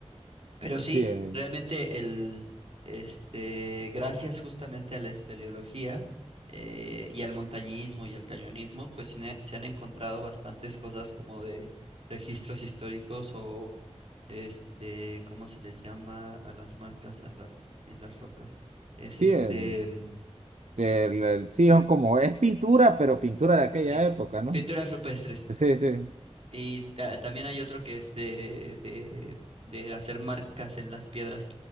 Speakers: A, on the right; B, on the right.
A: Pero sí,
B: Sí, eh,
A: realmente el, este, gracias justamente a la espeleología eh, y al montañismo y al cañonismo, pues se ne- se han encontrado bastantes cosas como de registros históricos o este, ¿cómo se les llama a las marcas a la- en, en las rocas? Es
B: sí,
A: este,
B: eh,
A: mm,
B: el- el- sí, son como, es pintura, pero pintura de aquella
A: pe-
B: época, ¿no?
A: pinturas rupestres.
B: Sí, sí, sí.
A: Y ta- también hay otro que es de, de, de hacer marcas en las piedras.